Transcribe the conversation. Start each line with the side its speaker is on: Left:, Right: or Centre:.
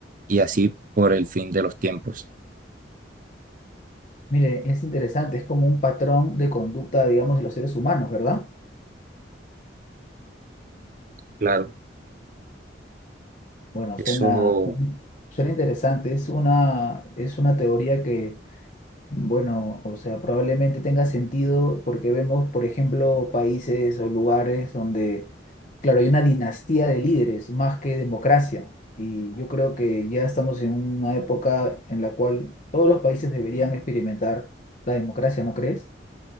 Right: y así por el fin de los tiempos.
Left: Mire, es interesante, es como un patrón de conducta, digamos, de los seres humanos, ¿verdad?
Right: Claro,
Left: Bueno,
Right: eso,
Left: suena, suena interesante. Es una, es una teoría que, bueno, o sea, probablemente tenga sentido porque vemos, por ejemplo, países o lugares donde, claro, hay una dinastía de líderes más que democracia. Y yo creo que ya estamos en una época en la cual todos los países deberían experimentar la democracia, ¿no crees?